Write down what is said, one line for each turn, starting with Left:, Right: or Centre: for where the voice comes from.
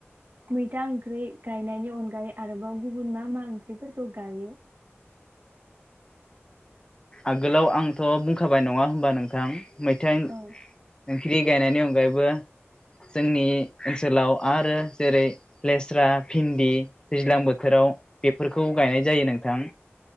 Right: मैथा ओंख्रै गायनायनि अनगायै आरोबाव गुबुन मा मा ओंख्रिफोरखौ गायो?
Left: आगोलाव आंथ बुंखाबाय नङा होमबा नोंथां मैथा
Right: औ
Left: ओंख्रि गायनायनि अनगायैबो जोंनि ओनसोलाव आरो जेरै लेस्रा भिन्दि दैज्लां बोथोराव बेफोरखौ गायनाय जायो नोंथां।